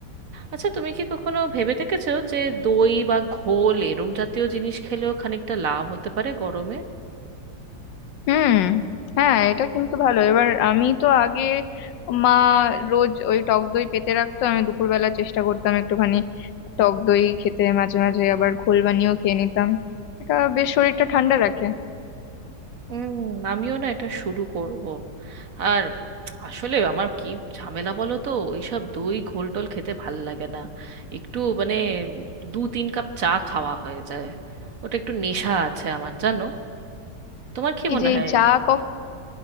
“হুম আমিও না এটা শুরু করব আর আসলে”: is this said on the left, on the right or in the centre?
Right